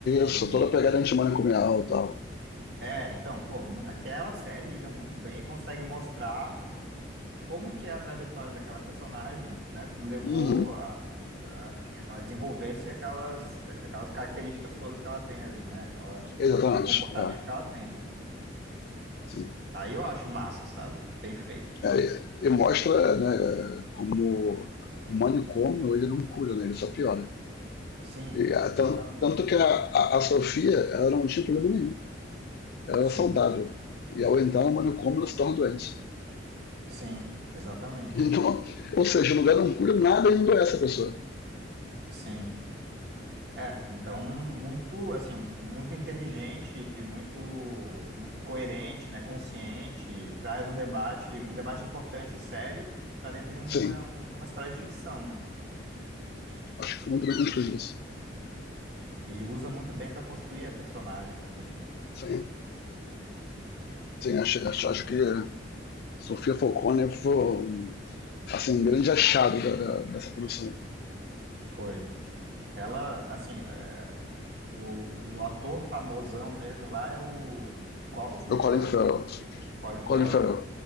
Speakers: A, on the right; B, on the left.
A: E
B: Isso, toda a pegada antimanicomial e tal.
A: é, então, pô, mu- aquela série lida muito bem e consegue mostrar como que é a trajetória daquela personagem, né, levou
B: Uhum.
A: a, a, enfim, a que ela desenvolvesse aquelas, aquelas características todas que ela tem ali, né? Aquela,
B: Exatamente.
A: aquele comportamento
B: É.
A: que ela tem, né?
B: Sim.
A: Aí eu acho massa, sabe? Bem feito.
B: É, e mostra né, como o manicômio ele não cura, né, ele só piora.
A: Sim,
B: E, ah,
A: exatamente.
B: tan- tanto que a, a- a Sofia ela não tinha problema nenhum, ela
A: Sim,
B: era saudável. E ao entrar no manicômio ela se torna doente. <laughs>
A: sim, exatamente.
B: Então, ou seja, o lugar não cura nada e endoece a pessoa.
A: Sim. É, então muito assim, muito inteligente e muito muito coerente, né, consciente, traz o debate, um debate importante e sério para dentro de uma,
B: Sim,
A: um- uma história de ficção, né?
B: acho que foi muito bem construído isso.
A: E usa muito bem para construir a personagem também, né?
B: Sim, sim acho, acho, acho que Sofia Falcone foi um, assim, um grande achado da- da- dessa produção.
A: Foi. Ela, assim, é, o, o ator famosão mesmo lá é o, o Co- Como
B: O
A: é
B: Colin
A: que é? O,
B: Farrell.
A: Co- o Colin Farrell,
B: Colin Farrell.
A: né?